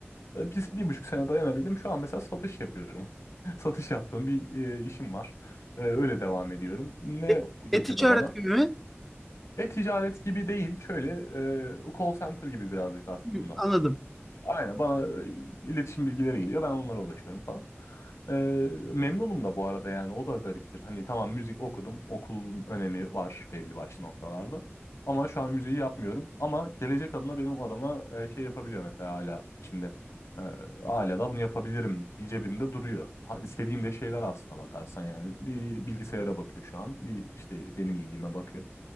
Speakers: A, on the left (about 80°); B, in the centre.
A: Ee, Biz bir buçuk sene dayanabildim. Şu an mesela satış yapıyorum. <laughs> Satış yaptığım bir e, işim var. Ee, öyle devam ediyorum. Ne
B: E-
A: getirdi
B: E-ticaret
A: bana?
B: gibi mi?
A: E-ticaret gibi değil. Şöyle e, call center gibi birazcık aslında.
B: Hı, anladım.
A: Aynen bana e, iletişim bilgileri geliyor ben onlara ulaşıyorum falan. Ee, memnunum da bu arada yani o da gariptir. Hani tamam müzik okudum okulun önemi var belli başlı noktalarda. Ama şu an müziği yapmıyorum ama gelecek adına benim adama e, şey yapabiliyor mesela hala içimde. Ee, hala da bunu yapabilirim bir cebimde duruyor. Ha, istediğim de şeyler aslına bakarsan yani bir bilgisayara bakıyor şu an bir işte benim ilgime bakıyor.